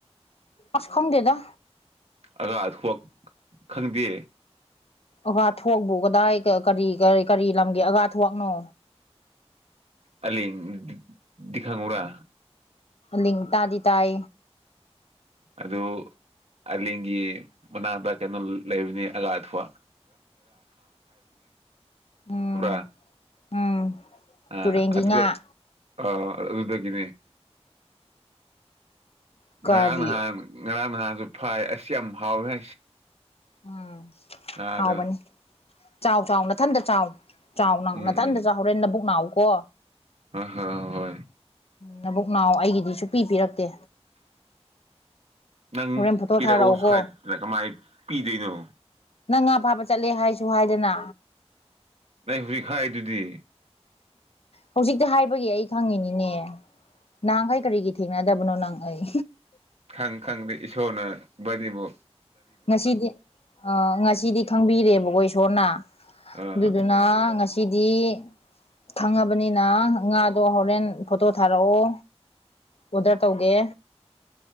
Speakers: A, on the left (about 60°); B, on the right (about 70°).
A: ꯑꯁ ꯈꯪꯗꯦꯗ
B: ꯑꯒ <unintelligible> ꯈꯪꯗꯦ
A: ꯑꯒꯥ ꯊꯣꯛꯣꯛꯄ ꯀꯗꯥꯏ ꯀꯔꯤ ꯀꯔꯤ ꯀꯔꯤ ꯂꯝꯒꯦ ꯑꯒꯥ ꯊꯣꯛꯣꯛꯅꯣ
B: ꯑꯂꯤꯗꯤ ꯀꯨꯪꯕꯔꯥ
A: ꯂꯤꯡꯇꯥꯗꯤ ꯇꯥꯏ
B: ꯑꯗꯨ ꯑꯂꯒꯤ ꯃꯅꯥꯗ ꯀꯩꯅꯣ ꯂꯩꯕꯅꯤ ꯑꯒꯥ ꯑꯊꯨꯋꯥ
A: ꯎꯝ
B: <unintelligible>
A: ꯎꯝ
B: ꯑ
A: ꯇꯨꯔꯦꯟꯒꯤ
B: ꯑꯗꯨꯗ
A: ꯉꯥ
B: ꯑ ꯑꯗꯨꯗꯒꯅꯦ
A: ꯀꯔꯤ
B: ꯉꯔꯥꯡ ꯅꯍꯥꯟ ꯉꯔꯥꯡ ꯅꯍꯥꯟꯁꯨ ꯐꯥꯏ ꯑꯁ ꯌꯥꯝ ꯍꯥꯎꯋꯦ꯫
A: ꯎꯝ
B: ꯉꯥꯗꯣ
A: ꯍꯥꯎꯕꯅꯤ ꯆꯥꯎ ꯆꯥꯎ ꯃꯊꯟꯇ ꯆꯥꯎ ꯆꯥꯎꯅ ꯅꯅꯥꯇꯟꯗ
B: ꯎꯝ ꯎꯝ
A: ꯆꯥꯎ ꯍꯣꯔꯦꯟ ꯅꯕꯨꯛ ꯅꯎꯀꯣ
B: ꯍꯣꯏ ꯍꯣꯏ ꯍꯣꯏ
A: ꯅꯕꯨꯛ ꯅꯥꯎ ꯑꯩꯒꯤꯗꯤ ꯁꯨꯞꯄꯤ ꯄꯤꯔꯛꯇꯦ
B: ꯅꯪ
A: ꯍꯣꯔꯦꯟ ꯐꯣꯇꯣ
B: ꯄꯤꯔꯛꯑꯣ
A: ꯊꯥꯔꯛꯎꯀꯣ
B: ꯍꯥꯏꯗꯅ ꯀꯃꯥꯏꯅ ꯄꯤꯗꯣꯏꯅꯣ
A: ꯅꯪ ꯉꯥ ꯐꯥꯕ ꯆꯠꯂꯦ ꯍꯥꯏꯁꯨ ꯍꯥꯏꯗꯅ
B: ꯑꯩ ꯍꯧꯖꯤꯛ ꯈꯥꯏꯗꯨꯗꯤ
A: ꯍꯧꯖꯤꯛ ꯍꯥꯏꯕꯒꯤ ꯑꯩ ꯈꯪꯉꯤꯅꯤꯅꯦ ꯅꯍꯥꯟꯈꯩ ꯀꯔꯤꯒꯤ ꯊꯦꯡꯅꯗꯕꯅꯣ ꯅꯍꯪ ꯑꯩ
B: ꯈꯪ ꯈꯪꯗꯦ ꯏꯁꯣꯔꯅ ꯗꯤꯕꯨ
A: ꯉꯁꯤꯗꯤ ꯉꯁꯤꯗꯤ ꯈꯪꯕꯤꯔꯦꯕꯀꯣ ꯏꯁꯣꯔꯅ
B: ꯑꯥ
A: ꯑꯗꯨꯗꯨꯅ ꯉꯁꯤ <unintelligible> ꯈꯪꯉꯕꯅꯤꯅ ꯉꯥꯗꯣ ꯍꯣꯔꯦꯟ ꯐꯣꯇꯣ ꯊꯥꯔꯛꯑꯣ ꯑꯣꯗꯔ ꯇꯧꯒꯦ